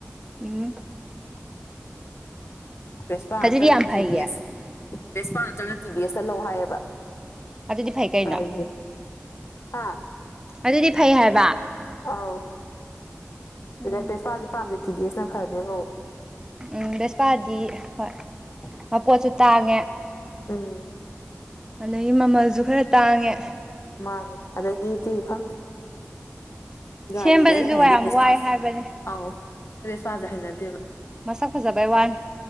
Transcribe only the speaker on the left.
ꯕꯦꯁꯄꯥꯥ
ꯅꯠꯇ꯭ꯔꯒꯅ
ꯇꯤ ꯕꯤ ꯑꯦꯁ ꯕꯦꯁꯄꯥ ꯅꯠꯇ꯭ꯔꯒꯅ ꯇꯤ ꯕꯤ ꯑꯦꯁꯇ ꯂꯧ ꯍꯥꯏꯌꯦꯕ꯫
ꯒꯥꯔꯤꯖꯦ ꯍꯥ
ꯑꯧ
ꯑꯗꯩ ꯕꯦꯁꯄꯥꯗꯤ ꯄꯥꯝꯗꯦ ꯇꯤ ꯕꯤ ꯑꯦꯁꯅ ꯐꯅꯤꯕ
ꯎꯝ꯫
ꯃꯥꯅꯦ ꯑꯗꯒꯤꯇꯤ ꯈꯪꯗꯦ꯫ ꯒꯥꯔꯤꯗꯣ
ꯑꯩ ꯍꯩꯅꯗꯦ
ꯕꯦꯁꯄꯥꯁꯦ
ꯑꯧ ꯑꯩ ꯕꯦꯁꯄꯥꯁꯦ ꯍꯩꯅꯗꯦꯕ꯫